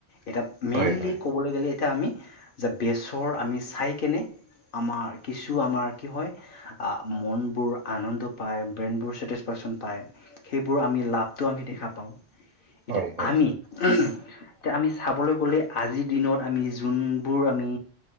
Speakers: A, on the left; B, on the right.
A: এটা মেইনলি
B: হয় হয়
A: ক'বলৈ গ'লে এতিয়া আমি যে বেচৰ আমি চাই কেনে আমাৰ কিছু আমাৰ কি হয় মনবোৰ আনন্দ পায়, ব্ৰেইনবোৰ ছেটিছফেক্সচন পায়। সেইবোৰ আমি লাভটো আমি দেখা পাওঁ। এতিয়া
B: হয় হয়
A: আমি এতিয়া আমি চাবলৈ গ'লে আজিৰ দিনত আমি যোনবোৰ আমি